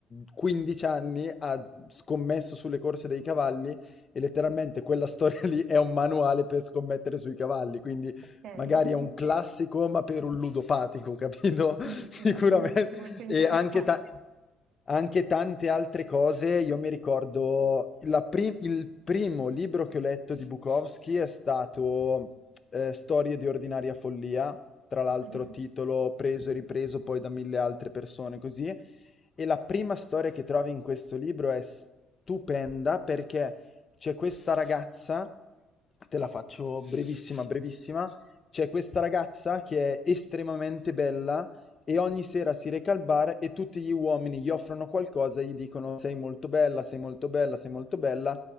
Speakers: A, on the left; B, on the right.
A: 15 anni ha scommesso sulle corse dei cavalli e letteralmente quella storia <laughs> lì è un manuale per scommettere sui cavalli, quindi
B: Ok. <laughs>
A: magari è un classico, ma per un ludopatico, capito? <laughs>
B: Mm,
A: Sicuramente.
B: mm, mm, Molto interessante.
A: E anche, ta- anche tante altre cose. Io mi ricordo la pri- il primo libro che ho letto di Bukowski è stato eh, Storie di ordinaria follia, tra l'altro
B: Mhm,
A: titolo preso e ripreso poi da mille altre persone così. E la prima storia che trovi in questo libro è stupenda perché c'è questa ragazza, te la faccio brevissima, brevissima, c'è questa ragazza che è estremamente bella e ogni sera si reca al bar e tutti gli uomini gli offrono qualcosa e gli dicono sei molto bella, sei molto bella, sei molto bella,